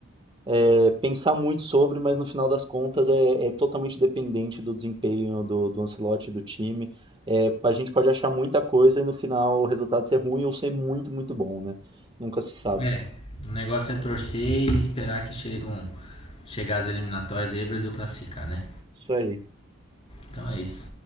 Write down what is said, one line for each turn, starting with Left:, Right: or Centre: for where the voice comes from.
Right: é, pensar muito sobre, mas no final das contas é, é totalmente dependente do desempenho do, do Ancelotti e do time. É, a gente pode achar muita coisa e no final o resultado ser ruim ou ser muito, muito bom, né? Nunca se sabe.
Left: É, o negócio é torcer e esperar que chegam, chegar as eliminatórias aí e o Brasil classificar, né?
Right: Isso aí.
Left: Então é isso.